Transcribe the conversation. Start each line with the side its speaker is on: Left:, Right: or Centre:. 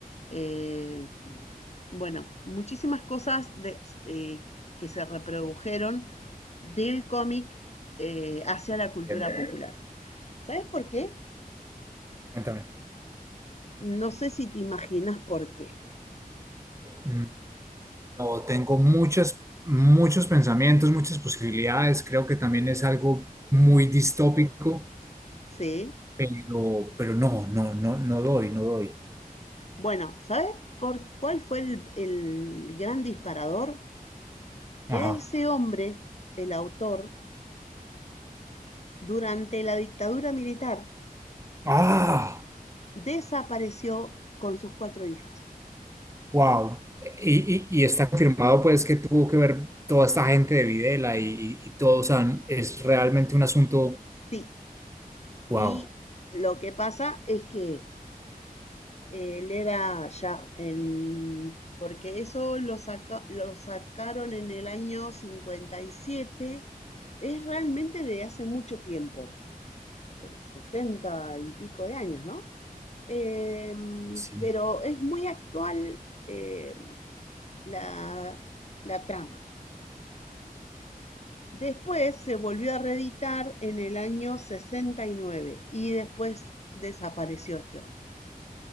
Left: eh, bueno, muchísimas cosas de- eh, que se reprodujeron del cómic eh, hacia la cultura
Right: Entiendo.
Left: popular. ¿Sabes por qué?
Right: Cuéntame.
Left: No sé si te imaginas por qué.
Right: Mm, No, tengo muchas, muchos pensamientos, muchas posibilidades. Creo que también es algo muy distópico,
Left: Sí.
Right: pero, pero no, no, no, no doy, no doy.
Left: Bueno, ¿sabes por cuál fue el, el gran disparador?
Right: Ajá.
Left: Que a ese hombre, el autor, durante la dictadura militar,
Right: Ah,
Left: desapareció con sus cuatro hijas.
Right: wow. Y, y- y está confirmado pues que tuvo que ver toda esta gente de Videla y, y- y todo, o sea, es realmente un asunto,
Left: Sí,
Right: wow.
Left: y lo que pasa es que eh, él era ya en- porque eso lo saca- lo sacaron en el año 57, es realmente de hace mucho tiempo, eh, 60 y pico de años, ¿no? Em,
Right: Sí.
Left: pero es muy actual eh, la, la trama. Después se volvió a reeditar en el año 69 y después desapareció este hombre.